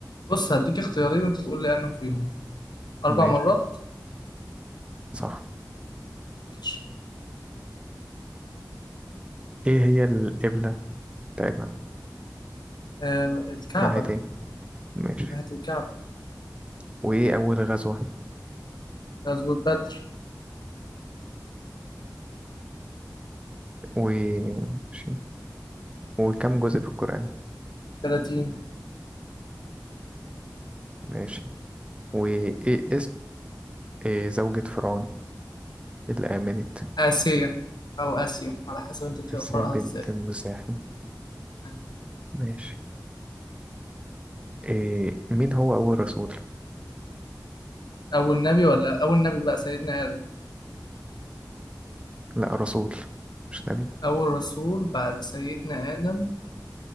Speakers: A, on the left; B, on the right.
A: بص هديك اختيارين وانت تقول لي انه فيهم اربع
B: ماشي
A: مرات
B: صح
A: ماشي
B: إيه هي القبلة بتاعتنا
A: آه، الكعبة
B: ناحية إيه ماشي
A: ناحية الكعبة
B: وإيه أول غزوة
A: غزوة بدر
B: وماشي وكم جزء في القرآن
A: 30
B: ماشي وإيه إيه زوجة فرعون اللي آمنت
A: آسيا أو آسيا على حسب أنت بتقرأها
B: تسيا بنت
A: إزاي
B: المزاحم
A: يعني
B: ماشي إيه مين هو أول رسول؟
A: أول نبي ولا أول نبي بقى سيدنا آدم
B: لا رسول مش نبي
A: أول رسول بعد سيدنا آدم